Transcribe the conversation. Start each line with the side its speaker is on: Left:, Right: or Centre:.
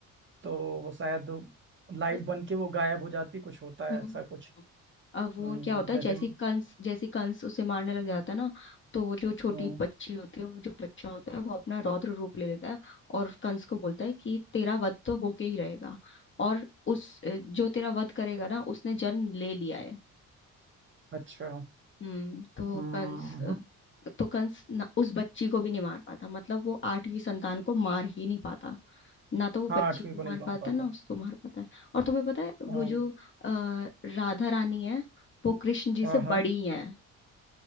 Right: तो वो शायद लाइट
Left: वो
Right: बन के वो गायब हो जाती कुछ होता
Left: हम्म,
Right: है ऐसा
Left: हम्म,
Right: कुछ
Left: हम्म। अब वो
Right: हम्म,
Left: क्या होता
Right: जैसे
Left: है जैसी कंस जैसी कंस उसे मारने लग जाता है ना तो वो जो छोटी
Right: हम्म,
Left: बच्ची होती है वो जो बच्चा होता है वो अपना रौद्र रूप ले लेता है और कंस को बोलता है कि तेरा वध तो होके ही रहेगा और उस अ, जो तेरा वध करेगा ना उसने जन्म ले लिया है
Right: अच्छा
Left: हम्म तो
Right: हम्म
Left: कंस
Right: हम्म,
Left: तो कंस न, उस बच्ची को भी नहीं मार पाता मतलब वो आठवीं संतान को मार ही नहीं पाता ना तो वो
Right: हाँ
Left: बच्ची
Right: आठवीं
Left: को
Right: को नहीं
Left: मार
Right: मार
Left: पाता
Right: पाता
Left: है ना उसको मार पाता है और तुम्हें पता है वो
Right: हम्म
Left: जो अ, राधा रानी है वो कृष्ण जी
Right: हाँ
Left: से
Right: हाँ
Left: बड़ी हैं